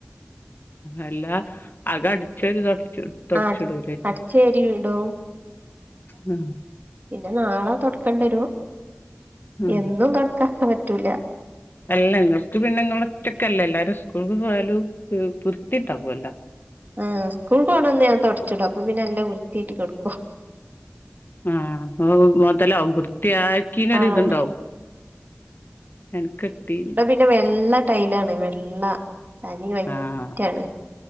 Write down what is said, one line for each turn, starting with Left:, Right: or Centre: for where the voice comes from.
Left: അല്ലാ അകം അടിച്ചൊരു തൊടച്ചില് തൊടച്ചിടുല്ലേ
Right: ആഹ് അടിച്ചേരി ഇടും
Left: ഉം
Right: പിന്നെ നാളെ തൊട്ക്കണ്ടി വരു
Left: ആ
Right: എന്നും തൊട്ക്കാക്കാം പറ്റൂല
Left: അല്ല ഇങ്ങക്ക് പിന്നെ ഇങ്ങള് ഒറ്റക്കല്ലേ എല്ലാരും സ്കൂൾക്ക് പോയാലു വൃത്തിട്ടാവോല്ലോ
Right: ആ സ്കൂൾക്ക് പോണ അന്ന് ഞാൻ തൊട്ച്ചിടും അപ്പം പിന്നെ നല്ല വിർത്തീട്ട് കെട്ക്കും
Left: ആ ഒ ഓ മൊതലാവും വൃത്തി ആയി കീനര്
Right: ആഹ്
Left: ഇതുണ്ടാവും എൻകിട്ടീനി
Right: ന്റെ വെള്ള ടൈലാണ് വെള്ള തനി വൈറ്റാണ്
Left: ആഹ്